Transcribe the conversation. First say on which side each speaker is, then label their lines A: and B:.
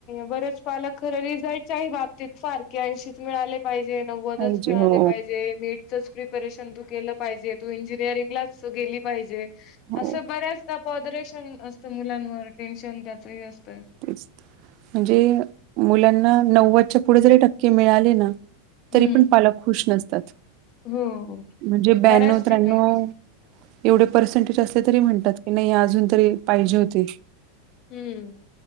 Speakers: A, on the left; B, on the right.
A: बरेच पालक खररी जायच आहे बाबतीत फार की ऐंशीच मिळाले पाहिजे नव्वदच
B: पाहिजे.
A: मिळाले
B: हो,
A: पाहिजे नीटच प्रिपेरेशन तू केलं पाहिजे ते इंजिनिअरिंगलाच गेली पाहिजे
B: हो.
A: असं बऱ्याचदा कॉदरेशन असतं मुलांवर टेन्शन त्याचही असतं.
B: तेच म्हणजे मुलांना नव्वदच्या पुढे जरी टक्के मिळाले ना
A: हम्म
B: तरी पण पालक खुश नसतात.
A: हो हो.
B: म्हणजे ब्यानव,
A: बऱ्याच
B: त्र्यानव
A: ठिकाणी
B: एवढे पर्सेंटेज अस तरी म्हणतात नाही अजून तरी पाहिजे होते.
A: हम्म.